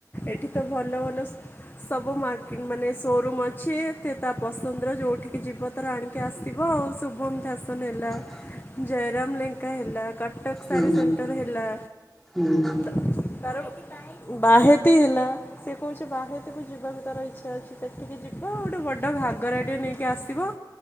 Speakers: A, on the left; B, in the centre.
A: ଏଠି ତ ଭଲ ଭଲ ସ ସବୁ ମକେ ମାନେ ସୋରୁମ୍ ଅଛି ତା ପସନ୍ଦର ଯୋଉଠିକି ଯିବ ତାରଆଣିକି ଆସିବ ଆଉ ଶୁଭମ ଫ୍ୟାସନ୍ ହେଲା
B: ହ <unintelligible>
A: ଜୟରାମ ଲେଙ୍କା ହେ ହେଲା କଟକ
B: ହୁଁ
A: ସାଡି ସେଣ୍ଟର ହେଲା
B: ହୁଁ
A: ତାର-? ବାହେତି ହେଲା- - ସେ କହୁଛି ବାହତିକୁ ଯିବାକୁ ତାର ଇଛା ଅଛି ସେଠିକି ଯିବ ଆଉ ଗୋଟେ ବଡ଼ ଘାଗରାଟେ ନେଇକି ଆସିବ